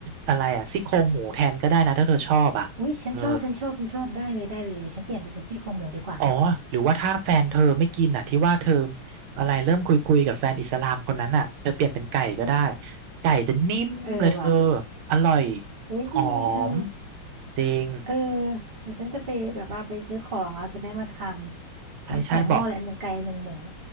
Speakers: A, on the right; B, on the right.
A: อะไรอ่ะซี่โครงหมูแทนก็ได้นะถ้าเธอชอบอ่ะเออ
B: อุ๊ยฉันชอบฉันชอบฉันชอบได้เลยได้เลยเดี๋ยวฉันเปลี่ยนไปเป็นซี่โครงหมูดีกว่า
A: อ๋อหรือว่าถ้าแฟนเธอไม่กินอ่ะที่ว่าเธออะไรเริ่มคุยคุยกับแฟนอิสลามคนนั้นอ่ะเธอเปลี่ยนเป็นไก่ก็ได้
B: อืม
A: ไก่จะนิ่มเลยเธอ
B: เออว่ะ
A: อร่อย
B: อุ๊ยดีเธอ
A: หอมจริง
B: เออเดี๋ยวฉันจะไปแบบว่าไปซื้อของแล้วจะได้มาทำทำสองหม้อเลยอันหนึ่งไก่อันหนึ่งหมู
A: ใช่ใช่บอก